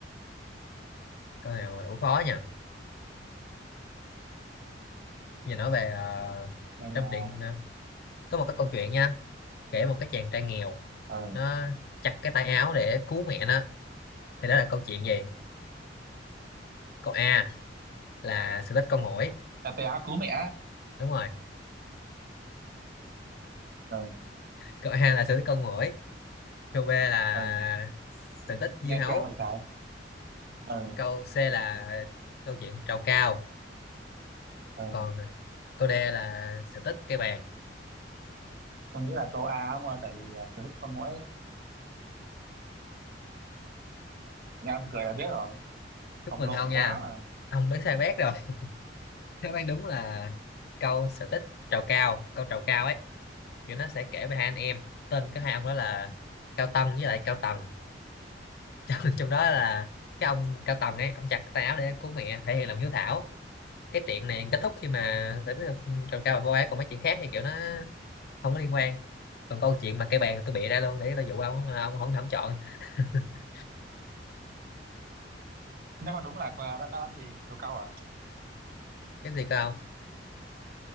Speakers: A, on the left (about 55°); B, on the right (about 50°).
A: câu này mà đủ khó nha giờ nói về ờ,
B: nên
A: trong
B: là
A: truyện ờ, có một cái câu chuyện nha kể một cái chàng trai nghèo
B: ờ
A: nó chặt cái tay áo để cứu mẹ nó thì đó là câu chuyện gì câu A là sự tích con muỗi
B: ừ. tôi áo cứu mẹ á.
A: đúng rồi
B: ờ
A: câu A là sự tích con muỗi câu B là
B: ờ
A: sự tích dưa
B: nghe
A: hấu
B: quen vậy trái ờ
A: câu C là câu chuyện trầu cao
B: ờ
A: còn câu D là sự tích cây bàn
B: tôi nghĩ là câu A ông ơi tại vì à, tôi thích con muỗi nghe ông cười là biết rồi
A: chúc
B: ông
A: mừng
B: lộ
A: ông nha
B: quá mà <laughs>
A: ông đoán sai bét rồi <laughs> đáp án đúng là câu sự tích trầu cao câu trầu cao ấy kiểu nó sẽ kể về hai anh em tên cái hai ông đó là Cao Tân với lại Cao Tần <laughs> trong, trong đó là cái ông Cao Tần ấy ông chặt tay áo để cứu mẹ thể hiện lòng hiếu thảo cái chuyện này kết thúc khi mà sự tích trầu cao và vô ấy còn mấy chuyện khác thì kiểu nó không có liên quan còn câu chuyện mà cây bàn tôi bịa ra luôn để tôi dụ ông mà ông không không chọn <laughs>
B: Ừ. đáp án đúng là à, đáp đáp án gì câu câu à?
A: cái gì cơ ông